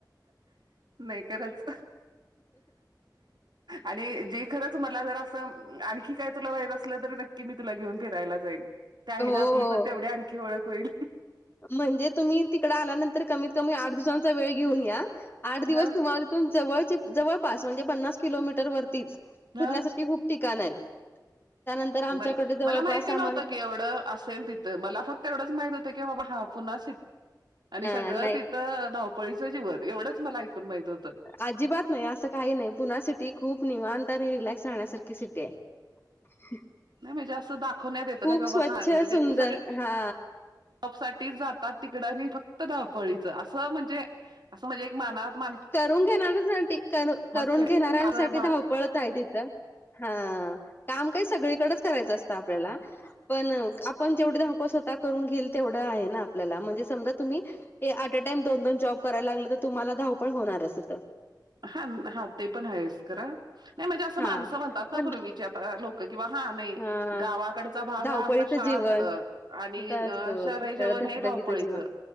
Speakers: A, on the right (about 70°); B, on the left (about 30°).
A: नाही खरच. आणि जे खरंच मला जर असं आणखी काय तुला मायच असलं तरी नक्की की मी तुला घेऊन फिरायला जाईन ते आहे
B: हो, हो.
A: ना आपली पण तेवढी आणखी ओळख होईल.
B: म्हणजे तुम्ही तिकड आल्यानंतर कमीत कमी आठ दिवसांचा वेळ घेऊन या आठ दिवस
A: हा
B: तुम्हाला जवळ जवळपास म्हणजे पन्नास किलोमीटर वरतीच फिरण्यासाठी
A: हा.
B: खूप ठिकाणं आहेत. त्यानंतर आमच्याकडे
A: बला
B: जवळपास
A: मला माहिती नव्हतं
B: आम्हाला
A: की एवढं असेल तिथ. तर मला फक्त एवढंच माहित होतं की बाबा हा पुन्हा
B: अ,
A: सगळं
B: नाही.
A: तिथं धावपळीचं जीवन एवढंच मला माहित होतं.
B: अजिबात नाही असं काही नाही पुना सिटी खूप निवांत आणि रिलॅक्स राहण्यासारखी सिटी आहे. <unintelligible>
A: नाही जास्त असं दाखवण्यात येत
B: खूप
A: ना कि बाबा
B: स्वच्छ
A: हान नाही
B: सुंदर
A: ते सगळे
B: हा
A: जॉब साठी जातात तिकड आणि फक्त धवपळीच असं म्हणजे असं म्हणजे मनात
B: करून घेणाऱ्यांसाठी कर करून
A: केला
B: घेणाऱ्यांसाठी
A: भाग
B: धावपळत आहे तिथं. हा काम काही सगळीकडेच करायचं असतं आपल्याला. पण आपण जेवढं आप स्वतः करून घेईल तेवढं आहे ना आपल्याला म्हणजे समजा तुम्ही हे अरेटाइम दोन दोन जॉब करायला लागलं तर तुम्हालाधावपळ होणार असं.
A: हा हा ते पण आहेस खर. नाही म्हणजे असं
B: हा
A: माणसं म्हणतात
B: पण
A: ना पूर्वीचे आता लोक किंवा हा नाही
B: हा
A: गावाकडच ताज भाग
B: धावपळीचं
A: हा असा शांत
B: जीवन
A: आणि
B: तिथं
A: अ
B: असतो
A: शहर
B: तिकडं
A: इ जीवन
B: धगधगीचं
A: हे धावपळीच.
B: जीवन